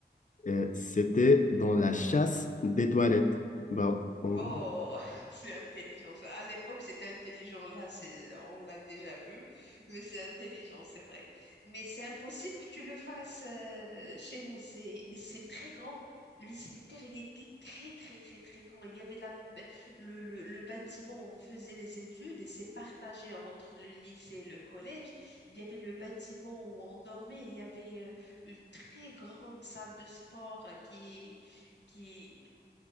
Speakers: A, on the left; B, on the left.
A: Euh, c'était dans la chasse des toilettes. Bah, en
B: Oh,
A: gros,
B: <laughs> c'est intelligent ça. À l'époque, c'était intelligent. Là, c'est, on l'a déjà vu, mais c'est intelligent, c'est vrai. Mais c'est impossible que tu le fasses euh, chez nous. C'est, mais c'est très grand. Le cimetière, il était très, très, très, très grand. Il y avait la, le, le, le bâtiment où on faisait les études et c'est partagé entre le lycée et le collège. Il y avait le bâtiment où on dormait. Il y avait euh, une très grande salle de sport euh, qui qui